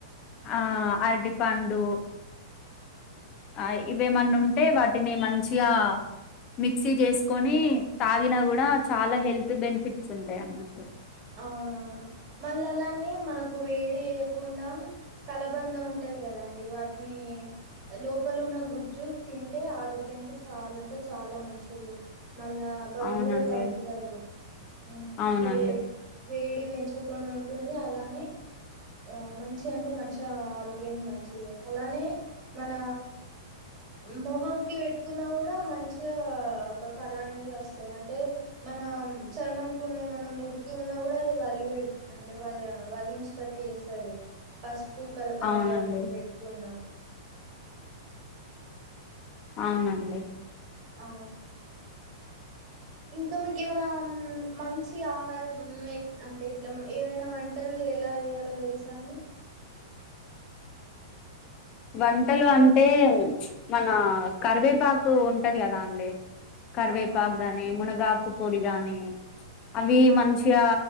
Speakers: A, on the left (about 35°); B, on the right (about 40°).
A: ఆ అరడి పండు ఆ ఇవేమన్నా ఉంటే వాటిని మంచిగా మిక్సీ చేసుకొని తాగినా కూడా చాలా హెల్త్ బెనిఫిట్స్ ఉంటాయి అన్నమాట్ట
B: అవునవును మళ్నీ అలానే మనకు వేడి వేయకుండా కలబంద ఉంటది కదండి వాటిని లోపల ఉన్న గుజ్జు తింటే ఆరోగ్యానికి చాలా అంటే చాలా మంచిది మళ్ళా బరువు
A: అవునండి
B: కూడా తగ్గుతారు హు
A: అవునండి
B: వే వేడి పెంచకుండా ఉంటుంది అలానే ఆ మంచి అంటే మంచిగా ఆరోగ్యానికి మంచిది అలానే మన మొహం కి పెట్టుకున్న కూడా మంచిగా ఒక కళ అనేది వస్తది అంటే మనం చర్మంకునే మన ముర్ కున్నా కూడా అది వదిలి పెడు అంటే వ వదిలించేటట్టు చేస్తది పసుపు కలబంద
A: అవునండి
B: కలిపి పెట్టుకున్న
A: అవునండి
B: ఆ ఇంకా మీకేమైనా మంచి ఆహారం ఎ అంటే ఇట్లా ఏవైనా వం టల్ ఎలా చేయాలో తెలుసా అండి
A: వంటలు అంటే మన కరివేపాకు ఉంటది కదా అండి కరివేపాకు
B: అవునవును
A: గాని మునగాకు పొడి గాని అవి
B: అవును
A: మంచిగా